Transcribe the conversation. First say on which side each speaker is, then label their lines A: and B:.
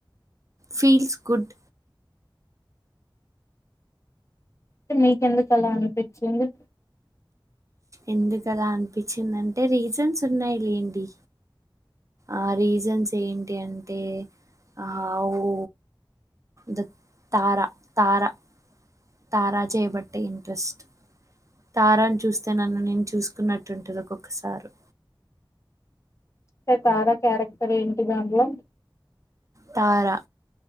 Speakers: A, on the right (about 40°); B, on the left (about 35°).
A: ఫీల్స్ గుడ్
B: అంటే మీకెందుకు అలా అనిపిచ్చింది
A: ఎందుకలా అనిపించిందంటే రీజన్స్ ఉన్నాయి లేండి ఆ రీజన్స్ ఏంటి అంటే ఆ ఉ ద తారా తారా తారా చేయబట్టే ఇంట్రెస్ట్ తారాని చూస్తే నన్ను నేను చూసుకున్నట్టుంటుంది ఒక్కొక్కసారు
B: అంటే తారా క్యారెక్టర్ ఏంటి దాంట్లో
A: Tara